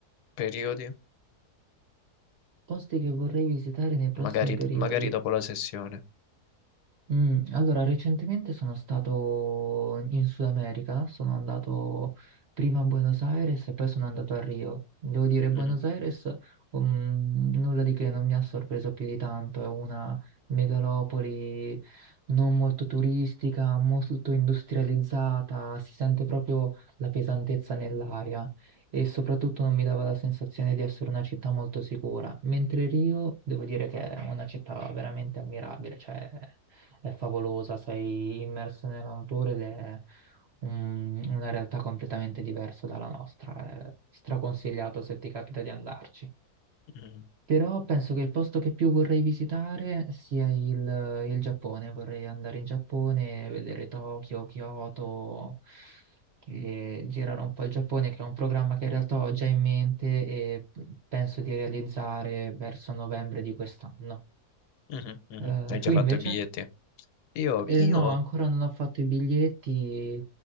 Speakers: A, on the left; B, on the right.
A: periodi?
B: posti che vorrei visitare nei prossimi
A: magari,
B: periodi.
A: magari dopo la sessione.
B: Mm, allora, recentemente sono stato in Sud America, sono andato prima a Buenos Aires e poi sono andato a Rio. Devo dire, Buenos
A: Mhm,
B: Aires, mm, nulla di che, non mi ha sorpreso più di tanto, è una megalopoli non molto turistica, molto industrializzata, si sente proprio la pesantezza nell'aria e soprattutto non mi dava la sensazione di essere una città molto sicura, mentre Rio devo dire che è una città veramente ammirabile, cioè è favolosa, sei immerso nella natura ed è un- una realtà completamente diversa dalla nostra, è straconsigliato se ti capita di andarci.
A: mhm,
B: Però penso che il posto che più vorrei visitare sia il, il Giappone. Vorrei andare in Giappone, vedere Tokyo, Kyoto, e girare un po' il Giappone, che è un programma che in realtà ho già in mente e penso di realizzare verso novembre di quest'anno.
A: mhm, mhm.
B: Eh,
A: Hai già
B: tu
A: fatto
B: invece?
A: i biglietti? Io,
B: Eh,
A: io,
B: no, ancora non ho fatto i biglietti,